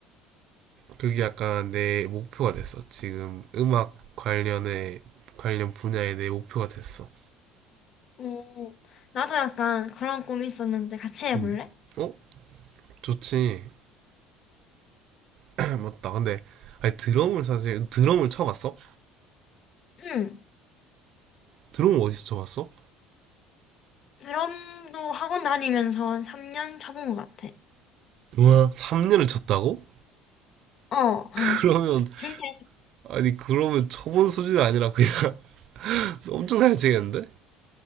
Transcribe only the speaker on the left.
오, 나도 약간 그런 꿈이 있었는데 같이 해볼래?
응.
드럼도 학원 다니면서 한 3년 쳐본 것 같아.
어.
<laughs>
진짜,